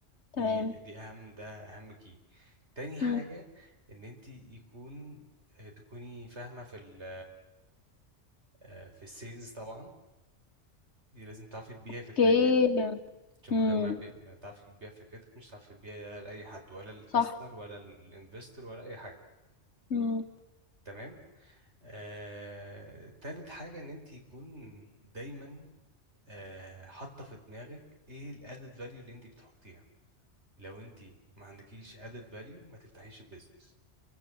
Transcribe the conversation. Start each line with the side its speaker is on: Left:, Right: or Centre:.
Left: تمام
Right: دي دي اهم ده اهم كي تاني حاجه
Left: مم.
Right: ان انت يكون تكوني فاهمه في ال آه، في السيلز طبعا دي لازم تعرفي تبيعي
Left: اوكي
Right: فكرتك عشان
Left: مم.
Right: من غير ما, بي... ما تعرفي تبيعي فكرتك مش هتعرفي تبيعي لأي حد ولا للكاستمر
Left: صح
Right: ولا للانفستور ولا أي حاجة
Left: مم.
Right: تمام آه... تالت حاجة إن أنت يكون دايما آه... حاطة في دماغك إيه الأدد فاليو اللي أنت بتحطيها لو أنت ما عندكيش أدد فاليو ما تفتحيش البيزنس